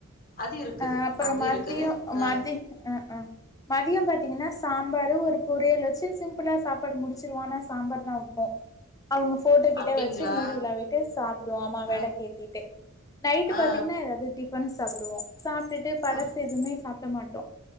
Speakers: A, on the left; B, on the left.
A: அது இருக்குது
B: அ அப்பறோ
A: அது
B: மதியோ
A: இருக்குது ஆ
B: மதி அ ஆ மதியோ பாத்தீங்கன்னா சாம்பாரு ஒரு பொரியல் வச்சு சிம்புளா சாப்பாடு முடிச்சுருவோ ஆனா சாம்பார்தா வப்போ அவுங்க போட்டோ கிட்ட
A: அப்படிங்களா
B: வச்சு நீர் விலாவிட்டு சாப்புடுவோம் ஆமா
A: ஆ
B: வெளக்கு ஏத்திட்டு நைட்டு
A: ஆ
B: பாத்தீங்கன்னா எதாவது டிபன் சப் சாப்டுவோ சாப் டுட்டு பழசு
A: ஆ ஆ ஆ
B: எதுவுமே சாப் ப்ட மாட்டோ